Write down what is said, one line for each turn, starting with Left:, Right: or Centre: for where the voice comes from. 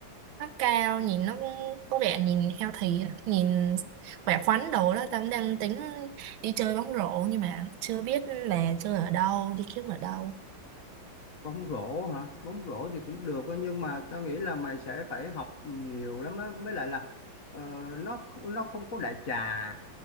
Right: nó cao nhìn nó cũng có vẻ nhìn healthy à, nhìn khỏe khoắn đồ đó tao cũng đang tính đi chơi bóng rổ nhưng mà chưa biết là chơi ở đâu đi kiếm ở đâu
Left: Bóng rổ hả? Bóng rổ thì cũng được á, nhưng mà tao nghĩ là mày sẽ phải học nhiều lắm á. Mới lại là ờ, nó kh- nó không có đại trà,